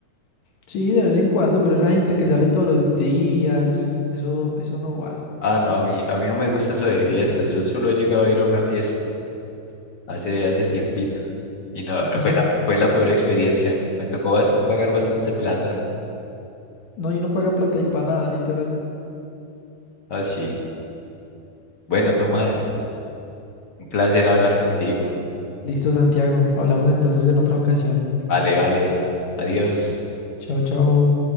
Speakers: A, on the left; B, on the left.
A: Sí, de vez en cuando, pero esa gente que sale todos los días, eso, eso no va.
B: Ah, no, a mí, a mí no me gusta eso de fiesta. Yo solo he llegado a ir a una fiesta hace, hace tiempito. Y no,
A: Eso,
B: fue la, fue la peor experiencia. Me tocó bas- pagar bastante plata.
A: no, y no paga plata y para nada, literal.
B: Ah, sí. Bueno, Tomás. Un placer hablar contigo.
A: Listo, Santiago, hablamos entonces en otra ocasión.
B: Vale, vale. Adiós.
A: Chao, chao.